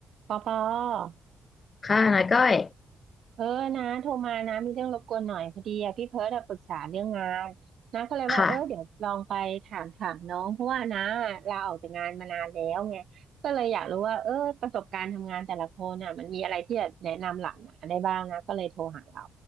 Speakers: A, on the right; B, on the left.
A: ปอปอ
B: ค่ะนาก้อย
A: เออนะโทรมานะมีเรื่องรบกวนหน่อยพอดีอะพี่เพิร์ดอะปรึกษาเรื่องงานนะก็เลยว่าเออเดี๋ยวลองไปถามถามน้องเพราะว่านะลาออกจากงานมานานแล้วไงก็เลยอยากรู้ว่าเออประสบการณ์ทำงานแต่ละคนน่ะมันมีอะไรที่จะแนะนำหลานะได้บ้างนะก็เลยโทรหาเรา
B: ค่ะ